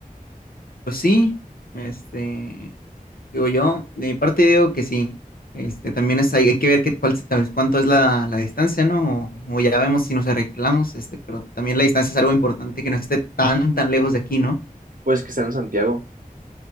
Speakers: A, on the left; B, on the right.
A: Pues sí, este, digo yo, de mi parte digo que sí. Este, también es, hay, hay que ver qué cuál, se- tal vez cuánto es la, la distancia, ¿no? O, o ya vemos si nos arreglamos, este, pero también la distancia es algo importante que no esté tan, tan lejos de aquí, ¿no?
B: Pues que están en Santiago.